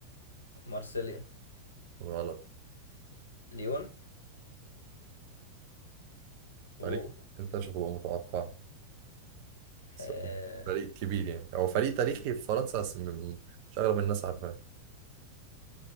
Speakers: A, on the left; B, on the right.
A: مارسيليا
B: غلط
A: ليون و
B: فريق انت مش هتبقى متوقع بس
A: آه،
B: هو فريق كبير يعني هو فريق تاريخي في فرنسا بس م- مش أغلب الناس عارفاه